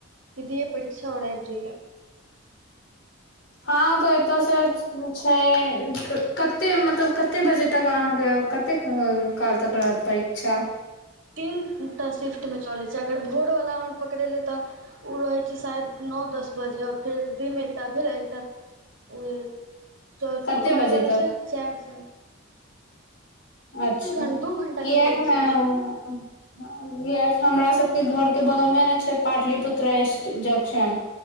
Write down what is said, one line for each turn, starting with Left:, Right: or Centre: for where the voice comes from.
Right: कि दियै परीक्षा आओर आबि जइयै
Left: हँ तऽ एतऽसँ छै कत्ते मतलब कत्ते बजे तक अहाँकेँ कतेक काल्हि तक रहत परीक्षा
Right: तीनटा सिफ्टमे चलैत छै अगर भोरवला हमर पकड़ेलै तऽ ओ रहै छै शाइद नौ दस बजे आ फेर दिनमे एकटा भेल एकटा ओ ओकर
Left: कते
Right: बाद
Left: बजे
Right: चलै
Left: तक
Right: छै चारि सँ
Left: अच्छा
Right: घं दू घण्टाके
Left: किएक
Right: परीक्षा
Left: नहि हँ
Right: छै ओ
Left: उहो अखन हमरा सबके घर के बगल मे नै छै पाटलिपुत्रा स्टे जंक्शन